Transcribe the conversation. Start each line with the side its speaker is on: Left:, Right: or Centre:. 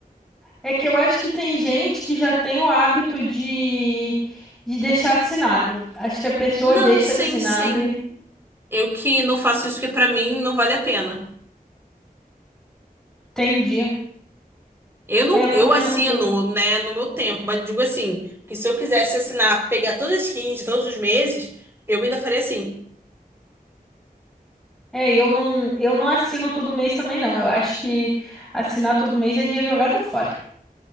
Centre: é que eu acho que tem gente que já tem o hábito de de deixar assinado. Acho que a pessoa
Right: Não,
Centre: deixa
Right: sim,
Centre: assinado
Right: sim.
Centre: e
Right: Eu que não faço isso porque pra mim não vale a pena.
Centre: entendi.
Right: Eu não,
Centre: É, Eu também
Right: eu assino,
Centre: não, eu
Right: né, no meu tempo, mas digo assim, que se eu quisesse assinar, pegar todas as skins de todos os meses, eu ainda faria assim.
Centre: é, eu não eu não assino todo mês também não. Eu acho que assinar todo mês é dinheiro jogado fora.